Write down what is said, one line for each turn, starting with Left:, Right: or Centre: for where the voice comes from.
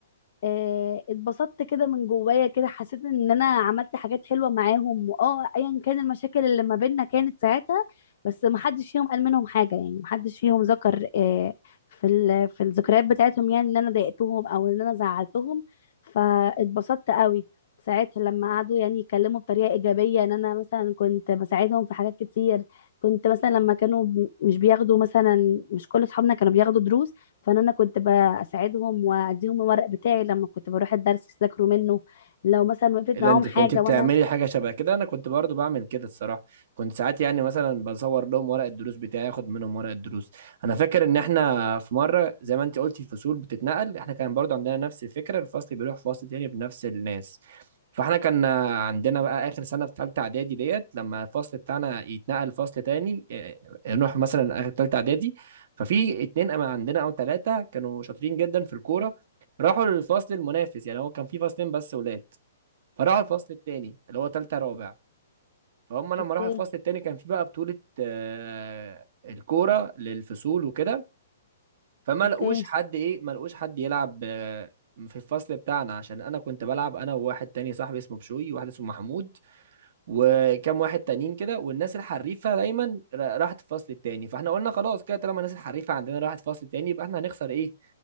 Left: آه، اتبسطت كده من جوايا كده حسيت ان انا عملت حاجات حلوه معاهم واه ايا كان المشاكل اللي ما بيننا كانت ساعتها بس ما حدش فيهم قال منهم حاجه يعني ما حدش فيهم ذكر آه، في ال- في الذكريات بتاعتهم يعني ان انا ضايقتهم او ان انا زعلتهم فاتبسطت قوي ساعتها لما قعدوا يعني يتكلموا بطريقه ايجابيه ان انا مثلا كنت بساعدهم في حاجات كتير كنت مثلا لما كانوا ب- مش بياخدوا مثلا مش كل اصحابنا كانوا بياخدوا دروس فانا أنا كنت بساعدهم واديهم الورق بتاعي لما كنت بروح الدرس يذاكروا منه لو مثلا وقفت
Right: إيه ده
Left: معاهم
Right: انت
Left: حاجه
Right: كنت بتعملي
Left: وانا
Right: حاجه شبه كده انا كنت برضو بعمل كده الصراحه كنت ساعات يعني مثلا بصور لهم ورق الدروس بتاعي اخد منهم ورق الدروس انا فاكر ان احنا في مره زي ما انت قلتي الفصول بتتنقل احنا كان برضو عندنا نفس الفكره الفصل بيروح فصل تاني بنفس الناس فاحنا كان عندنا بقى اخر سنه في ثالثه اعدادي ديت لما الفصل بتاعنا يتنقل فصل تاني إيه، نروح مثلا اخر ثالثه اعدادي ففي اتنين أما عندنا او ثلاثه كانوا شاطرين جدا في الكوره راحوا للفصل المنافس يعني هو كان في فصلين بس ولاد فراحوا الفصل التاني اللي هو تالتة رابع فهم لما
Left: اوكي
Right: راحوا الفصل التاني كان في بقى بطولة آه، الكورة للفصول وكده فما
Left: اوكي
Right: لقوش حد ايه ما لقوش حد يلعب آه، في الفصل بتاعنا عشان انا كنت بلعب انا وواحد تاني صاحبي اسمه بشوي وواحد اسمه محمود وكام واحد تانيين كده والناس الحريفة دايما را- راحت الفصل التاني فاحنا قلنا خلاص كده طالما الناس الحريفة عندنا راحت الفصل التاني يبقى احنا هنخسر ايه